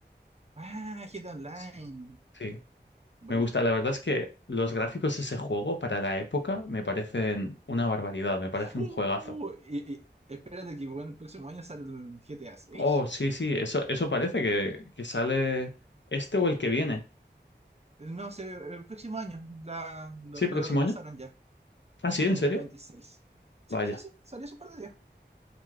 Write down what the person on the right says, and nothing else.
ah, GTA Online.
Buena.
Uh,
y, y espérate que bueno, el próximo año sale el GTA seis.
No sé, el próximo año la, lo,
lo retrasaron
ya.
Sí,
en dos
mil veintiséis. Sí,
sí, sí,
salió hace un par de días.